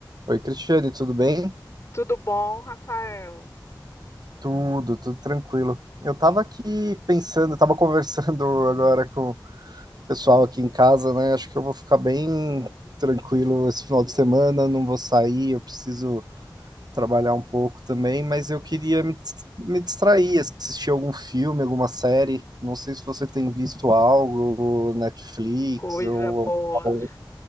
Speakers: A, on the right; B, on the left.
A: Oi, Cristiane, tudo bem?
B: Tudo bom, Rafael?
A: Tudo, tudo tranquilo. Eu tava aqui pensando, tava conversando <laughs> agora com o pessoal aqui em casa, né? Acho que eu vou ficar bem tranquilo esse final de semana, não vou sair, eu preciso trabalhar um pouco também, mas eu queria me, dis- me distrair, assistir algum filme, alguma série. Não sei se você tem visto algo, Netflix
B: Coisa
A: ou...
B: boa,
A: ou-